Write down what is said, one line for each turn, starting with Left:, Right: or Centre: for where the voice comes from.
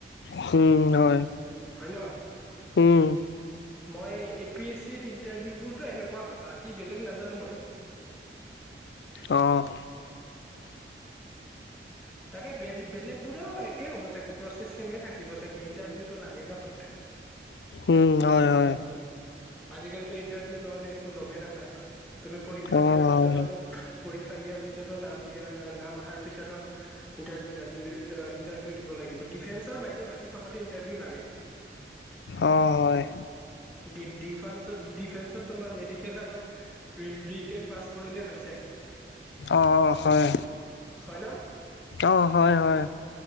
Left: হম, হয়
Centre: হয় ন
Left: হম।
Centre: মই এ পি এ চি ইন্টাভিউবোৰটো এনেকুৱা‌ হয়, বাকী বেলেগ নাজানোঁ মই।
Left: আহ।
Centre: তাকে বেলেগ বোৰো একে হ'ব চাগে প্ৰচেছ ছেমে থাকিব চাগে ইণ্টাৰভিউতটো লাগে ন। <unintelligible>
Left: উম হয়-হয়।
Centre: আজিকালিতো ইন্টাৰভিউ নহ'লে একো একো জবেই নাপায় তুমি পৰীক্ষা
Left: অ',
Centre: দিয়াৰ
Left: হয়।
Centre: পিছতো পৰীক্ষা দিয়াৰ পিছতো নাম দিয়াৰ নাম অহাৰ পিছত ইণ্টাৰভিউ ইণ্টাৰভিউ দিব লাগিব। ডিফেন্সৰ বাহি বাকী চবতে ইণ্টাৰভিউ লাগে
Left: অ হয়
Centre: ডি ডিফান্সত, ডিফেন্সত তোমাৰ মেডিকেল পেৰুবিকেন পাছ কৰিলে হৈ যায়।
Left: অ', হয়।
Centre: হয় ন
Left: অ হয় হয়